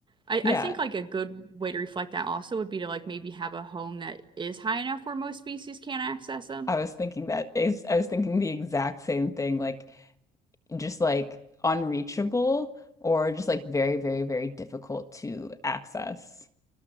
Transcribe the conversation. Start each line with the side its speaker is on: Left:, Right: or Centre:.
Right: I
Left: Yeah.
Right: I think like a good way to reflect that also would be to like maybe have a home that is high enough where most species can't access them.
Left: I was thinking that is I was thinking the exact same thing, like just like unreachable or just like very, very, very difficult to access.